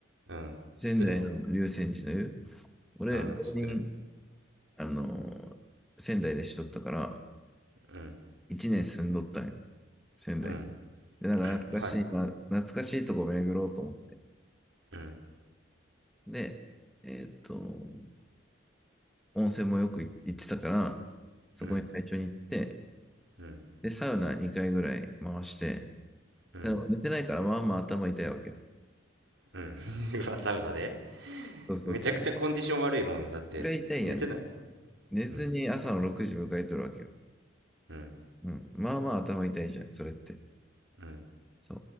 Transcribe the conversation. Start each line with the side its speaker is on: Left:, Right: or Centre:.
Right: うん。
Centre: 仙台の龍泉寺の湯
Right: 知ってるよ。
Centre: 俺、
Right: うん、
Centre: 浪人、
Right: 知ってる。
Centre: あのー仙台でしとったから、
Right: うん。
Centre: 一年住んどったんよ、仙台に。
Right: うん。
Centre: で、なんか懐かしいな、
Right: はい。
Centre: 懐かしいとこ巡ろうと思って。
Right: うん。
Centre: で、えーっと、温泉もよく行ってたから、そこに最初に行って、
Right: うん。うん。
Centre: で、サウナ2回ぐらい回して、
Right: うん。
Centre: だから寝てないからまあまあ頭痛いわけよ。
Right: うん。<laughs> うわ、サウナで
Centre: そうそうそう。
Right: めちゃくちゃコンディション悪いもんねだって、
Centre: くらい痛いやん。
Right: 寝てない。
Centre: 寝ずに朝の6時迎えとるわけよ。
Right: うん。うん。
Centre: うん。まあまあ頭痛いじゃん、それって。
Right: うん。
Centre: そ